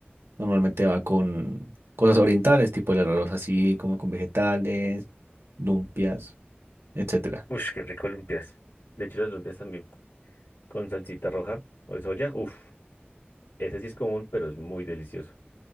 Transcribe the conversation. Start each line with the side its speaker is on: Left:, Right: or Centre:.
Right: normalmente va con cosas orientales, tipo el arroz así, como con vegetales, lumpias, etcétera.
Left: Ush, qué rico lumpias. De hecho, las lumpias también con salsita roja o de soya. Uf, ese sí es común, pero es muy delicioso.